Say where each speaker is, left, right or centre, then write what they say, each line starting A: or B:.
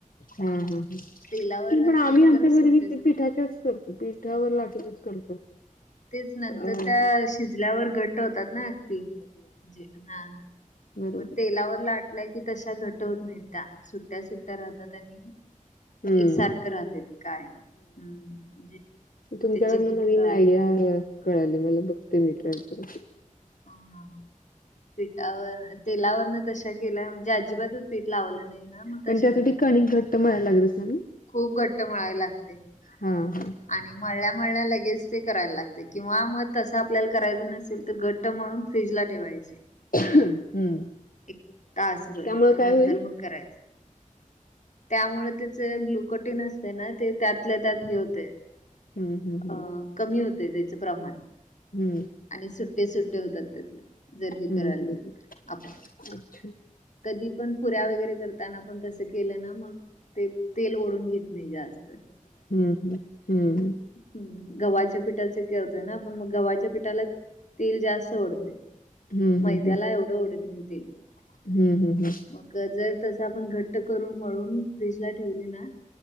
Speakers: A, on the left; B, on the left.
A: हा हा हा
B: तेलावर
A: पण
B: घातल्या
A: आम्ही
B: की
A: आमच्या
B: जरा सुट्टे
A: घरी
B: सुट्टे
A: हे पिठाच्याच करतो. पीठावर लाटूनच करतो.
B: तेच नंतर
A: अ
B: त्या शिजल्यावर घट्ट होतात ना अगदी जे हा
A: बरोबर
B: मग तेलावर लाटलंय की तशा घट होत नाही त्या सुट्टया सुट्टया राहतात आणि
A: हम्म
B: एकसारखं राहत काय हम्म म्हणजे
A: तुमच्याकडनं
B: त्याची
A: नवीन
B: अ
A: आयडिया कळाली मला बघते मी ट्राय करून
B: हां. पीठावर, तेलावरन तशा केल्या म्हणजे अजिबातच पीठ लावलं नाही. ना मग तशा
A: पण त्यासाठी
B: होतात.
A: कणीक घट्ट मळायला लागत असेल ना?
B: खूप घट्ट मळायला लागते.
A: हा हा.
B: आणि मळल्यामळल्या लगेच ते करायला लागतंय किंवा मग तसं आपल्याला करायचं नसेल तर घट ट्ट मळून फ्रीजला ठेवायचे.
A: हम्म
B: एक तासभर
A: त्यामुळे काय
B: नंतर
A: होईल
B: मग करायच. त्यामुळे त्याचे ग्लुकोटीन असतेना ते त्यातल्या त्यात हे होते
A: हम्म हम्म
B: अ
A: हम्म.
B: कमी होते त्याच प्रमाण
A: हम्म.
B: आणि सुट्टे सुट्टे होतात त्यातलं जर हे
A: हम्म
B: करायला
A: हम्म हम्म
B: गेलं तर आपण.
A: अच्छा.
B: कधी पण पुऱ्या वगैरे करताना आपण तसं केलं ना मग ते तेल ओढून घेत नाही जास्त
A: हम्म हम्म हम्म.
B: हम्म. गव्हाच्या पिठाचे करतंय ना आपण मग गव्हाच्या पिठाला तेल जास्त ओढते.
A: हम्म
B: मैद्याला
A: हम्म हम्म
B: एवढं ओढत नाही तेल.
A: हम्म.. हम्म.. हम्.
B: मग जरतस आपण घट्ट करून मळून फ्रीजला ठेवली ना